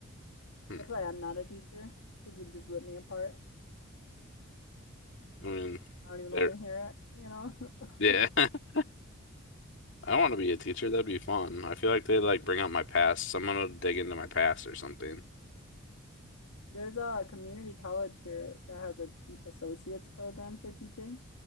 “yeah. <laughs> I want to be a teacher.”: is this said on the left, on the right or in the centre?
Left